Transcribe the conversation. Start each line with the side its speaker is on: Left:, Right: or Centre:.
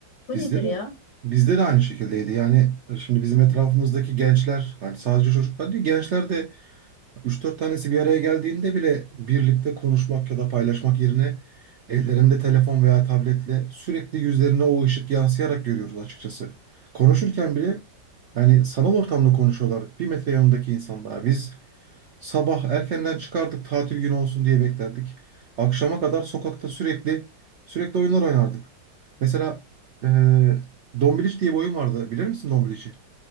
Left: Bu
Right: Bizde
Left: nedir
Right: de
Left: ya?
Right: bizde de aynı şekildeydi. Yani e, şimdi bizim etrafımızdaki gençler, hani sadece çocuklar değil, gençler de üç dört tanesi bir araya geldiğinde bile birlikte konuşmak ya da paylaşmak yerine ellerinde telefon veya tabletle sürekli yüzlerine o ışık yansıyarak görüyoruz açıkçası. Konuşurken bile yani sanal ortamda konuşuyorlar. Bir metre yanındaki insan daha. Biz Sabah erkenden çıkardık tatil günü olsun diye beklerdik. Akşama kadar sokakta sürekli sürekli oyunlar oynardık. Mesela eee Dombiliç diye bir oyun vardı. Bilir misin Dombiliç'i?